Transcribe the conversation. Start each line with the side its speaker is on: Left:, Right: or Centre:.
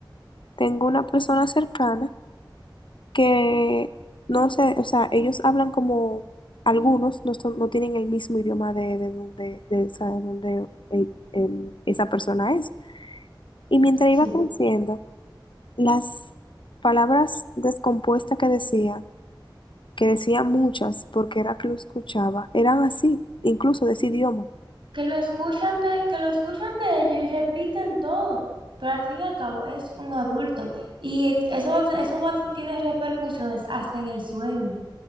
Left: Tengo una persona cercana que no sé, o sea, ellos hablan como algunos, no, son- no tienen el mismo idioma de, de donde, de, esa- de donde eh, em, esa persona es. Y mientras
Right: sí.
Left: iba creciendo, las palabras descompuestas que decía, que decía muchas, porque era que lo escuchaba, eran así, incluso de ese idioma.
Right: que lo escuchan de, que lo escuchan de ellos y repiten todo, pero al fin y al cabo es un adulto y eso va, a te- eso va, a te- tiene repercusiones hasta en el sueño,